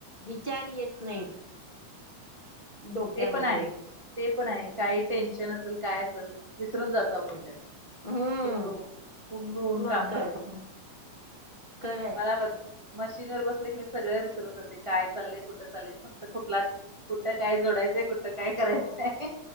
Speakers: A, on the left; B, on the right.
A: विचार येत नाहीत. डोक्यामध्ये
B: ते पण आहे, ते पण आहे. काही टेन्शन असेल, काय असेल, विसरून जातो आपण त्यात.
A: हम्म
B: गुंग हो गुंग होऊन
A: मग
B: काम
A: काय
B: करतो,
A: खरंय
B: मला पण मशीन वर बसले की, मी सगळ विसरून जाते. काय चाललय? कुठं चाललय? फक्त कुठला कुठ काय जोडायचंय, कुठं काय करायचंय?